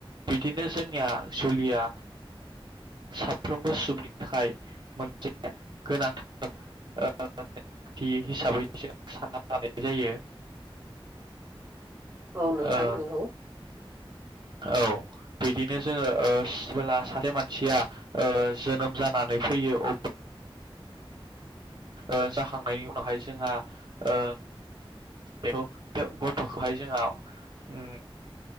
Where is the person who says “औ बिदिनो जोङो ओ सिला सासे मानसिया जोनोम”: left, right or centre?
Right